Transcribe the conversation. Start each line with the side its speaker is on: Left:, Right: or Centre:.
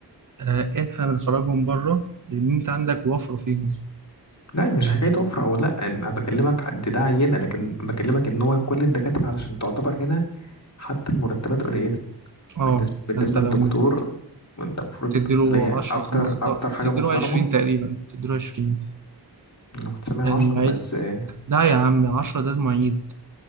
Right: آه احنا بنخرجهم بره لأن أنت عندك وفر فيهم
Left: لا مش
Right: اه
Left: حكاية وفرة أو لأ أنا بكلمك عن- دي ده عينة لكن بكلمك إن هو كل الدكاترة علشان تعتبر هنا حتى المرتبات قليلة
Right: آه،
Left: بالنسبة بالنسبة
Right: فأنت لو
Left: للدكتور
Right: مت-
Left: وأنت المفروض
Right: بتديله
Left: اللي هي
Right: 10
Left: أكتر
Right: 15
Left: أكتر حاجة
Right: بتديله
Left: محترمة
Right: 20 تقريبا بتديله 20
Left: إنه تسمع
Right: المعيد
Left: عشرة بس آه،
Right: لا يا عم 10 ده المعيد